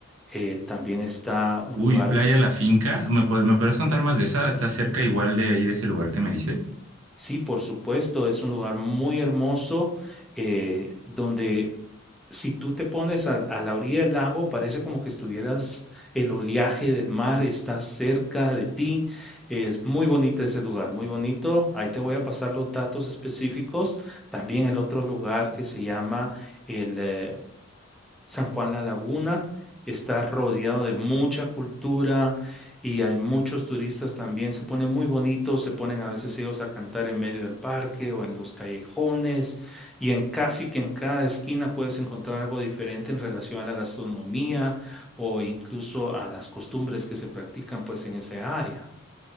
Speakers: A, in the centre; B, on the right.
A: eh, también está un
B: Uy,
A: lugar,
B: Playa La Finca, ¿me, pu- me puedes contar más de esa? ¿Está cerca igual de ahí, de ese lugar que me dices?
A: sí, por supuesto, es un lugar muy hermoso eh, donde si tú te pones al- a, la orilla del lago, parece como que estuvieras, el oleaje del mar está cerca de ti. Es muy bonito ese lugar, muy bonito. Ahí te voy a pasar los datos específicos. También el otro lugar que se llama el eh, San Juan La Laguna está rodeado de mucha cultura y hay muchos turistas también. Se ponen muy bonitos, se ponen a veces ellos a cantar en medio del parque o en los callejones y en casi que en cada esquina puedes encontrar algo diferente en relación a la gastronomía o incluso a las costumbres que se practican pues en esa área.